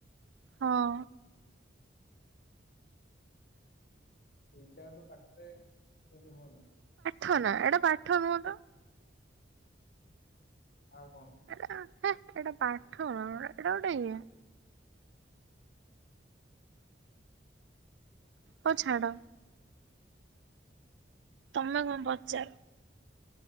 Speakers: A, on the right (about 75°); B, on the left (about 55°).
A: ହଁ।
B: ବିଦ୍ୟାଳୁ ପାଠରେ କେମତି ହୁଅନ୍ତା।
A: ଠ ନା ଏଟା ପାଠ ନୁହଁ ତ?
B: ଆଉ କଣ?
A: ଏଟା ହେ ଏଟା ପାଠ ନା ଏଟା ଗୋଟେ ଇଏ। ହଉ ଛାଡ। ତମେ କଣ କରୁଚ?